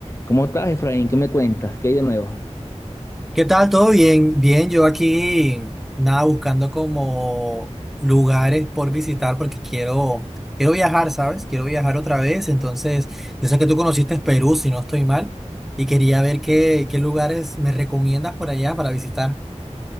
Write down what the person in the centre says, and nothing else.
¿Qué tal? ¿Todo bien? Bien, yo aquí nada buscando como lugares por visitar porque quiero quiero viajar, ¿sabes? Quiero viajar otra vez, entonces yo sé que tú conociste Perú, si no estoy mal, y quería ver qué qué lugares me recomiendas por allá para visitar.